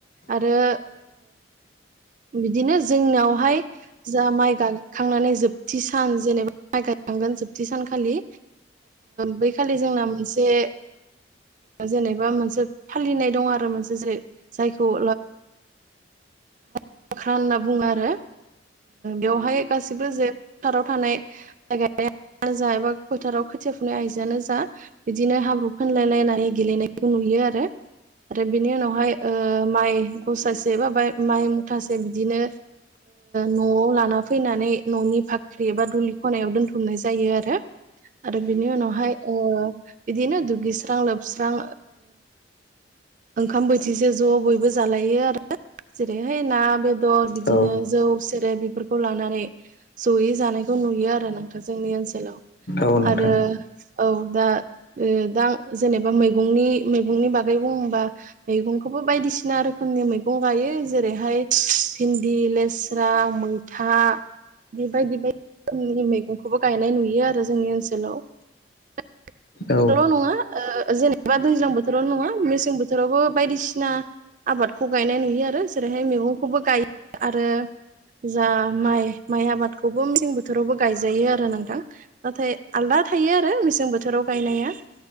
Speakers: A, on the right; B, on the left.
A: आरो। बिदिनो जोंनिहाय जा माइ गायखांनानै जोबथि सान जेनेबा माइ गायखांगोन जोबथि सानखालि बैखालि जोंना मोनसे जेनेबा मोनसे फालिनाय दं आरो मोनसे जेरै जायखौ फाख्रा होनना बुङो आरो बेवहाय गासिबो जे फोथाराव थानाय जायानो जा एबा फोथाराव खोथिया फुनाय आइजोनो जा बिदिनो हाब्रु फुनलायलायनानै गेलेनायखौ नुयो आरो‌। आरो बेनि उनावहाय माइ गसासे बा माइ मुथासे बिदिनो। न'आव लाना फैनानै न'नि फाख्रि एबा दुलि खनायाव दोनथुमनाय जायो आरो। आरो बिनि उनावहाय बिदिनो दुगैस्रां लोबस्रां ओंखाम बोथिसे ज' बयबो जालायो आरो। जेरैहाय ना बेदर बिदिनो
B: औ
A: जौ जेरै बेफोरखौ लानानै जयै जानायखौ नुयो आरो नोंथां जोंनि ओनसोलाव।
B: औ नोंथां
A: आरो। औ दा दा जेनेबा मैगंनि मैगंनि बागै बुंबा मैगंखौबो बायदिसिना रोखोमनि मैगं गायो जेरै जेरैहाय भिन्दि, लेस्रा, मैथा बेबायदि बायदि रोखोमनि मैगंखौबो गायनाय नुयो आरो जोंनि ओनसोलाव। <inaudible>
B: औ
A: ल' नङा जेनेबा दैज्लां बोथोरावल' नङा मेसें बोथोरावबो बायदिसिना। आबादखौ गायनाय नुयो आरो जेरैहाय मैगंखौबो गायो आरो। जा माइ माइ आबादखौबो मेसें बोथोरावबो गायजायो आरो नोंथां। नाथाय आलदा थायो आरो मेसें बोथोराव गायनाया